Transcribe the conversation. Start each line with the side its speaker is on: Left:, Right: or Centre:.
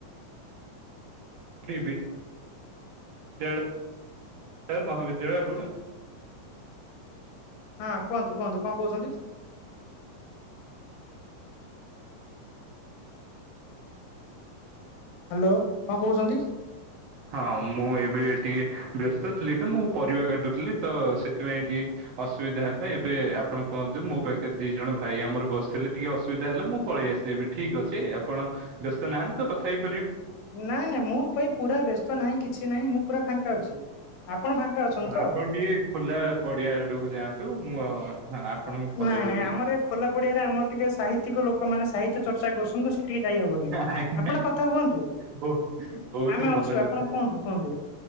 Right: ଗଟ <unintelligible> ବିଦ୍ୟାଳୟ ମହାବିଦ୍ୟାଳୟ ପୁ
Left: ହଁ କୁହନ୍ତୁ କୁହନ୍ତୁ କଣ କହୁଛନ୍ତି? ହ୍ୟାଲୋ କଣ କହୁଛନ୍ତି?
Right: ହଁ ମୁଁ ଏବେ ଟିକେ ବ୍ୟସ୍ତ ଥିଲି ତ ମୁଁ ପରିବା କାଟୁଥିଲି ତ ସେଥିପାଇଁ ଟିକେ ଅସୁବିଧା ହେବା ଏବେ ଆପଣ କୁହନ୍ତୁ ମୋ ପାଖରେ ଦି ଜଣ ଭାଇ ଆମର ବସିଥିଲେ ଟିକେ ଅସୁବିଧା ହେଲା ମୁଁ ପଳେ ଏସ୍‌ ଏବେ ଠିକ ଅଛି ଆପଣ ବ୍ୟସ୍ତ ନାହାନ୍ତି ତ କଥା ହେଇ
Left: ନାଇଁ ନାଇଁ ମୁ ଭାଇ ପୁରା ବ୍ୟସ୍ତ ନାହିଁ କିଛି ନାହିଁ ମୁଁ ପୁରା ଫାଙ୍କା ଅଛି। ଫାଙ୍କା ଅଛନ୍ତି
Right: ହଁ ଆପଣ
Left: ତ?
Right: ଟିକେ ଖୋଲା ପଡିଆ ଆଡକୁ ଯାଆନ୍ତୁ ମୁଁ ଆ ଆପଣଙ୍କୁ ଫଲୋ
Left: ନାଇଁ
Right: କରୁଛି।
Left: ନାଇଁ ଆମର ଏ ଖୋଲା ପଡିଆରେ ଆମର ଟିକେ ସାହିତ୍ୟକ ଲୋକମାନେ ସାହିତ୍ୟ ଚର୍ଚ୍ଚା କରୁ କିନ୍ତୁ ସେଠିକି ଯାଇ ହବନି
Right: ଆଜ୍ଞା।
Left: ଆପଣ କଥା ହୁଅନ୍ତୁ।
Right: ବହୁ- ବହୁତ
Left: ଆମେ
Right: ହିଁ ଭଲ
Left: ଅଛୁ
Right: କଥା
Left: ଆପଣ କୁହନ୍ତୁ କୁହନ୍ତୁ।